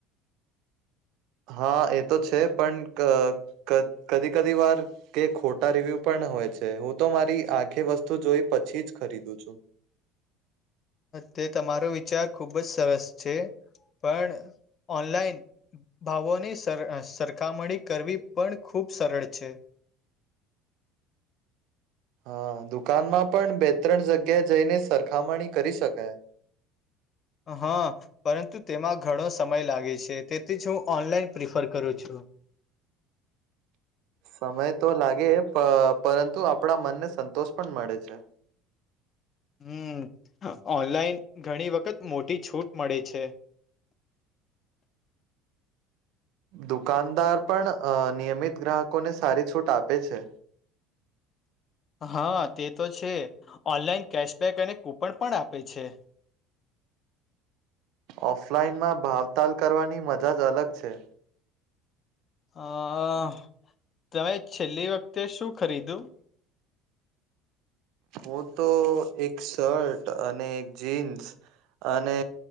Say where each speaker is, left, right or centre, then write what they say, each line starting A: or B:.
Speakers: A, on the right (about 70°); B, on the left (about 40°).
A: હા એ તો છે. પણ ક-ક કદી-કદી વાર કે ખોટા રિવ્યુ પણ હોય છે. હું તો મારી આંખે વસ્તુ જોઈ પછી જ ખરીદું છું.
B: તે તમારો વિચાર ખુબ જ સરસ છે. પણ ઓનલાઈન ભાવોની સર સરખામણી કરવી પણ ખુબ સરળ છે.
A: હા. દુકાનમાં પણ બે ત્રણ જગ્યા જઈને સરખામણી કરી શકાય.
B: હા. પરંતુ તેમાં ઘણો સમય લાગે છે. તેથી જ હું ઓનલાઈન પ્રિફર કરું છું.
A: સમય તો લાગે પર પરંતુ આપણા મનને સંતોષ પણ મળે છે.
B: હમ્મ. ઓનલાઈન ઘણી વખત મોટી છૂટ મળે છે.
A: દુકાનદાર પણ અહ નિયમિત ગ્રાહકોને સારી છૂટ આપે છે.
B: હા તે તો છે. ઓનલાઈન કેશબેક અને કૂપન પણ આપે છે.
A: ઓફલાઈનમાં ભાવતાલ કરવાની મજા જ અલગ છે.
B: અહ તમે છેલ્લી વખતે શું ખરીદ્યું?
A: હું તો એક શર્ટ અને એક જીન્સ અને